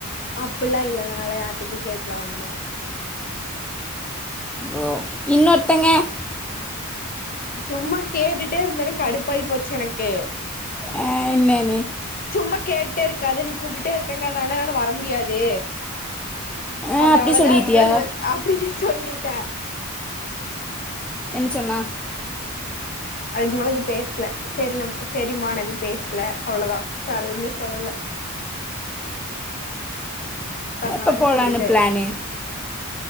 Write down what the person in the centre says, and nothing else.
ஓ <unintelligible>
ஆஹ் என்னன
ஆ
சொல்லிட்டியா
என் சொன்னா
எப்போ போலான்னு பிளானு